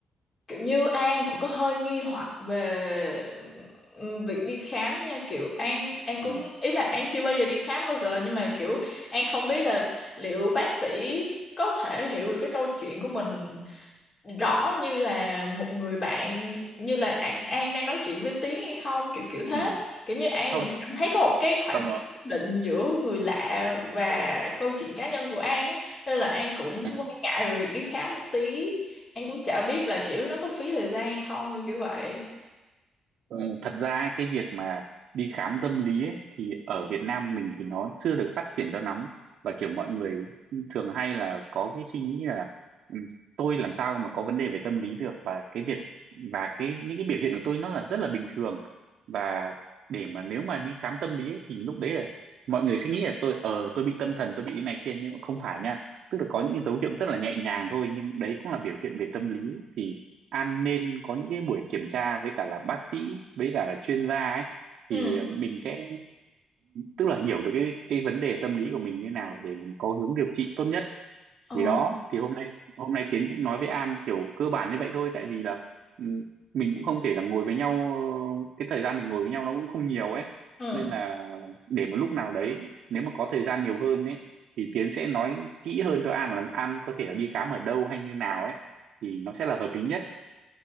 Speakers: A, on the left; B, on the right.
A: Kiểu như An cũng có hơi nghi hoặc về ừm, việc đi khám nha kiểu An An cũng
B: ừ,
A: ý là An chưa bao giờ đi khám bao giờ nhưng mà kiểu An không biết là liệu bác sĩ có thể hiểu được cái câu chuyện của mình rõ như là một người bạn như là An, An đang nói chuyện với Tiến hay không kiểu kiểu thế
B: ừ.
A: kiểu như An
B: không
A: vẫn cảm thấy có một cái khoảng
B: ờ,
A: cách nhất định giữa người lạ và câu chuyện cá nhân của An ấy nên là An cũng
B: ừ.
A: quan ngại về việc đi khám một tí An cũng chả biết là kiểu nó có phí thời gian hay không kiểu kiểu vậy
B: Ừ, thật ra ấy, cái việc mà đi khám tâm lý ấy, thì ở Việt Nam mình thì nó chưa được phát triển cho lắm và kiểu mọi người thường hay là có cái suy nghĩ là "Ừ, tôi làm sao mà có vấn đề về tâm lý được và cái việc và cái những cái biểu hiện của tôi nó là rất là bình thường và để mà nếu mà đi khám tâm lý ấy, thì lúc đấy là mọi người sẽ nghĩ là tôi ờ tôi bị tâm thần tôi bị cái này kia nhưng mà không phải nha tức là có những cái dấu hiệu rất là nhẹ nhàng thôi nhưng đấy cũng là biểu hiện về tâm lý thì An nên có những cái buổi kiểm tra với cả là bác sĩ với cả là chuyên gia ấy
A: ừ
B: thì mình sẽ tức là hiểu được cái cái vấn đề tâm lý của mình như nào để mình có hướng điều trị tốt nhất
A: ờ
B: thì đó thì hôm nay hôm nay Tiến cũng nói với An kiểu cơ bản như vậy thôi tại vì là ừ, mình cũng không thể là ngồi với nhau ờ, cái thời gian mình ngồi với nhau nó cũng không nhiều ấy
A: ừ
B: nên là để một lúc nào đấy nếu mà có thời gian nhiều hơn ấy thì Tiến sẽ nói kỹ hơn cho An là An có thể là đi khám ở đâu hay như nào ấy thì nó sẽ là hợp lý nhất